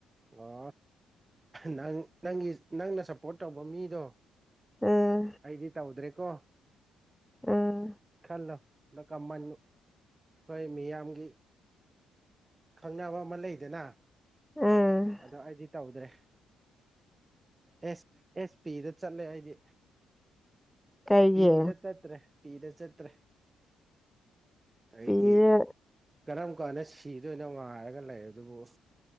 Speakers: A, on the right (about 25°); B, in the centre.
A: ꯋꯥ ꯅꯍꯥꯟ ꯅꯪꯒꯤ ꯅꯪꯅ ꯁꯞꯄꯣꯔꯠ ꯇꯧꯕ ꯃꯤꯗꯣ
B: ꯎꯝ
A: ꯑꯩꯗꯤ ꯇꯧꯗ꯭ꯔꯦꯀꯣ
B: ꯎꯝ
A: ꯈꯜꯂꯣ <unintelligible> ꯑꯩꯈꯣꯏ ꯃꯤꯌꯥꯝꯒꯤ ꯈꯪꯅꯕ ꯑꯃ ꯂꯩꯗꯅ
B: ꯎꯝ
A: ꯑꯗꯣ ꯑꯩꯗꯤ ꯇꯧꯗ꯭ꯔꯦ ꯑꯦꯁ ꯑꯦꯁ ꯄꯤꯗ ꯆꯠꯂꯦ ꯑꯩꯗꯤ
B: ꯀꯩꯒꯤ
A: ꯄꯤꯗꯗ ꯆꯠꯇ꯭ꯔꯦ ꯄꯤꯗ ꯆꯠꯇ꯭ꯔꯦ ꯑꯩꯗꯤ
B: ꯄꯤꯔꯦ
A: ꯀꯔꯝ ꯀꯥꯟꯗ ꯁꯤꯗꯣꯏꯅꯣ ꯉꯥꯏꯔꯒ ꯂꯩꯔꯗꯨꯕꯨ